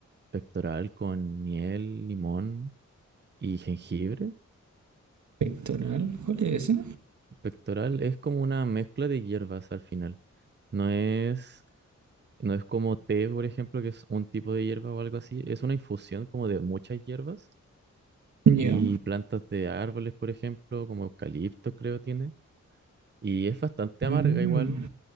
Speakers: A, on the right; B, on the right.
A: pectoral con miel, limón y jengibre.
B: Pectoral, ¿cuál es ese?
A: Pectoral es como una mezcla de hierbas al final. No es. No es como té, por ejemplo, que es un tipo de hierba o algo así. Es una infusión como de muchas hierbas
B: Ya.
A: y plantas de árboles, por ejemplo, como eucalipto creo tiene. Y es bastante
B: Mm.
A: amarga igual,